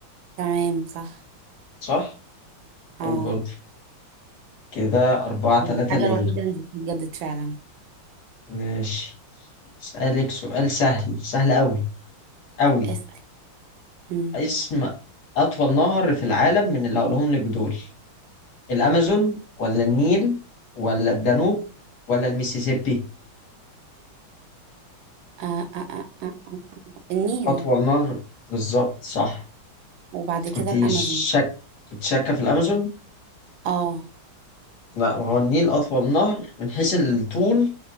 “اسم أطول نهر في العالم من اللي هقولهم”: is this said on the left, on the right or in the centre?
Left